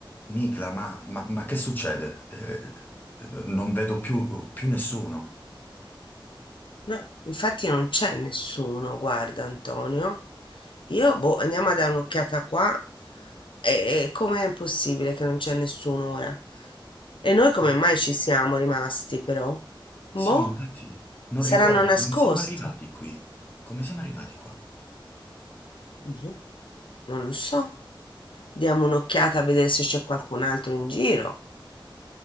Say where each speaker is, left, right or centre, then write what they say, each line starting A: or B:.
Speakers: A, on the left (about 20°); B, on the left (about 70°).
A: Nicla, ma, ma- ma che succede? Eh, non vedo più, più nessuno.
B: No, infatti non c'è nessuno, guarda Antonio. Io, boh, andiamo a dare un'occhiata qua. E, e com'è possibile che non c'è nessuno ora? E noi come
A: Ah,
B: mai ci siamo rimasti, però? Boh,
A: Sì, infatti, non
B: saranno
A: ricordo
B: nascosti.
A: come siamo arrivati qui. Come siamo arrivati qua?
B: Boh, Non lo so. Diamo un'occhiata a vedere se c'è qualcun altro in giro.